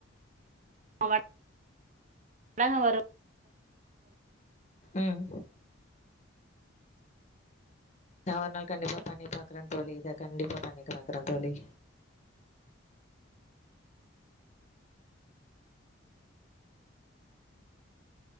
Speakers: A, on the right; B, on the left.
A: <unintelligible> படங்க வரும்
B: உம் நா ஒரு நாள் கண்டிப்பா பண்ணி பாக்குற தோழி இத கண்டிப்பா பண்ணி பாக்குற தோழி